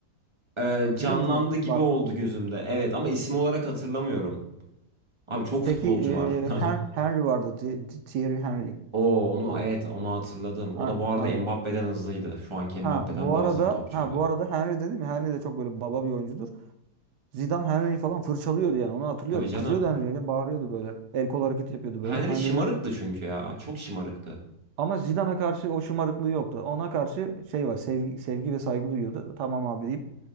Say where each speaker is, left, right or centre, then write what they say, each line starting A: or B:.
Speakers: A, on the right; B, on the right.
A: e,
B: Hatırlıyor
A: canlandı
B: musun onu?
A: gibi
B: Bart.
A: oldu gözümde. Evet ama isim olarak hatırlamıyorum. Abi çok
B: Peki
A: futbolcu
B: e,
A: var.
B: Hen-
A: <laughs>
B: Henry vardı. Thi- Thierry Henry.
A: Oo onu
B: O
A: evet onu hatırladım. O
B: Hen-
A: da bu arada
B: Henry.
A: Mbappe'den hızlıydı. Şu anki Mbappe'den
B: Ha bu
A: daha
B: arada
A: hızlı bir topçuydu.
B: ha bu arada Henry dedim ya Henry de çok böyle baba bir oyuncudur. Zidane Henry'yi falan fırçalıyordu yani onu hatırlıyorum.
A: Tabii canım.
B: Kızıyordu Henry'e bağırıyordu böyle. El kol hareketi yapıyordu
A: Henry
B: böyle. Henry
A: şımarıktı
B: de
A: çünkü ya. Çok şımarıktı.
B: ama Zidane'a karşı o şımarıklığı yoktu. Ona karşı şey var sevgi, sevgi ve saygı duyuyordu. Tamam abi deyip